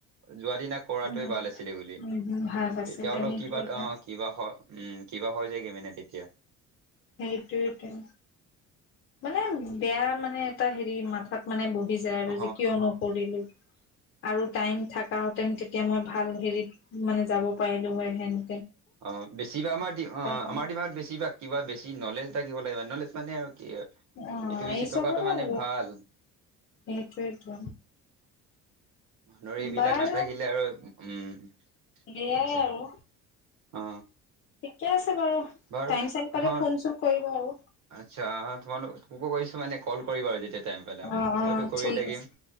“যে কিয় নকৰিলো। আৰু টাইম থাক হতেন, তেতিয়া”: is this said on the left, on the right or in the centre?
Left